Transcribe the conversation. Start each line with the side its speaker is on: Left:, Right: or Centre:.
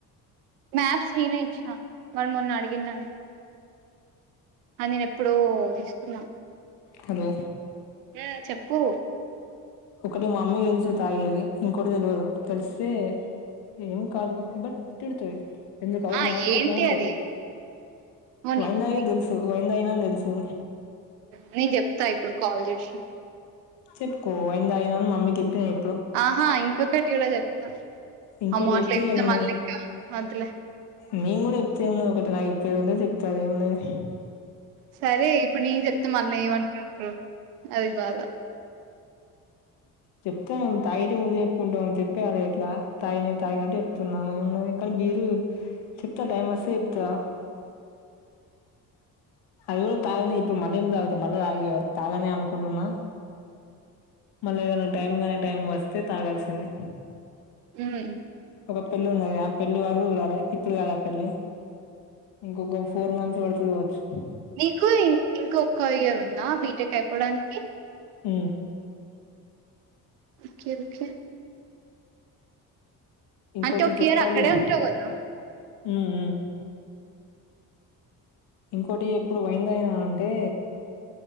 Right: మ్యాప్స్ నేనే ఇచ్చినా మరి మొన్న అడిగిందని ఆ నేను ఎప్పుడూ తీస్తున్నా
Left: హలో
Right: ఆ చెప్పు
Left: ఒకటి మా అమకి తెలుసు తాగేది ఇంకోటి తెలియదు తెలిస్తే ఏం కాదు బట్ తిడతది ఎందుకు అవసరం
Right: ఆ
Left: మాకుడుక
Right: ఏంటి
Left: ఉంటది
Right: అది ఏమో నీకు
Left: వయిందగ తెలుసు వైన్ తగిన తెలుసు
Right: నేను చెప్తా ఇప్పుడు కాల్ చేసి
Left: చెప్పుకో అయింద అయినను మమ్మీకి చెప్పిన చె
Right: ఆహా ఇంకొకటి కూడా చెప్తాం
Left: ఇంకోటి
Right: అ మాట్లు
Left: చెప్తే
Right: ఎతే
Left: ఇగ నువ్వు
Right: మళ్ళీ ఇంకా అందులే
Left: నేను కూడా చెప్తే ఏ ఉన్నది ఒకటి నాకు ఇప్ప ఉంటేది చెప్తది ఏమున్నది
Right: సరే ఇప్పుడు నేను చెప్తే మళ్ళని ఏమనుకుంటారు అది బాధా
Left: చెప్తాం తాగేటి ముందే కుంటా చెప్పే అద అట్లా తా తాగినట్టు చెప్తున్నా ఏ కానీ మీరు చెప్తా టైం మాసేపుత అయ తయనే ఇప్పుడు మళ్ళీ తాగుత మళ్ళా తాగి తాగానే అనుకుంటున్నా మళ్ళీ ఏదనా టైమ్ కానే టైం వస్తే తాగాల్సింది
Right: హ్మ్
Left: ఒక పెళ్ళి ఉన్నది ఆ పెళ్లి వరకు కదా ఇప్పుడు కాదా ఆ పెళ్లి ఇంకొక ఫోర్ మంత్స్ పడుతు కావచ్చు
Right: నీకు ఇంక ఒక్క ఇయర్ ఉందా బీటెక్ అయిపోవడానికి
Left: అ
Right: ఒకే ఒకే
Left: ఇంకోటి
Right: అంటే ఒక
Left: చెప్పాలి
Right: ఇయర్ అక్కడే ఉంటావు కదా
Left: హ్మ్ ఇంకోటి ఎప్పుడు వైందయినా అంటే